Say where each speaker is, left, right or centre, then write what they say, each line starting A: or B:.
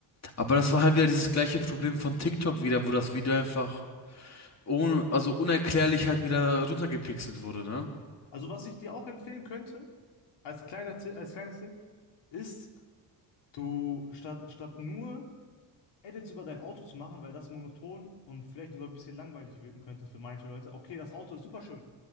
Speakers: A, on the left (about 35°); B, on the left (about 75°).
A: Aber das war halt wieder dieses gleiche Problem von TikTok wieder, wo das Video einfach un also unerklärlich halt wieder runtergepixelt wurde, ne?
B: Also, was ich dir auch empfehlen könnte, als kleiner Tipp, als kleines Tipp, ist Du, statt, statt nur Edits über dein Auto zu machen, weil das monoton und vielleicht sogar ein bisschen langweilig wirken könnte für manche Leute. Okay, das Auto ist super schön.